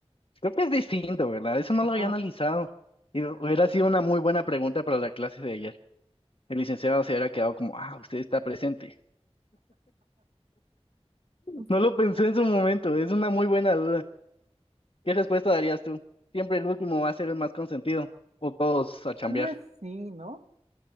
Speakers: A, on the left; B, on the right.
A: Creo que es distinto, ¿verdad? Eso no
B: Ajá.
A: lo había analizado. Y hu- hubiera sido una muy buena pregunta para la clase de ayer. El licenciado se hubiera quedado como, ah, usted está presente.
B: Pues,
A: No lo pensé en su momento, es una muy buena duda. ¿Qué respuesta darías tú? Siempre el último va a ser el más consentido. O todos a chambear.
B: Tal vez sí, ¿no?